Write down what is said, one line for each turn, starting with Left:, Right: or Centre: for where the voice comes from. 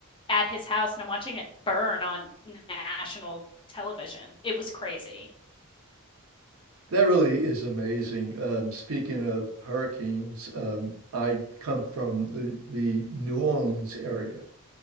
Left: at his house and I'm watching it burn on national television. It was crazy.
Right: That really is amazing. Um, speaking of hurricanes, um, I come from the, the New Orleans area.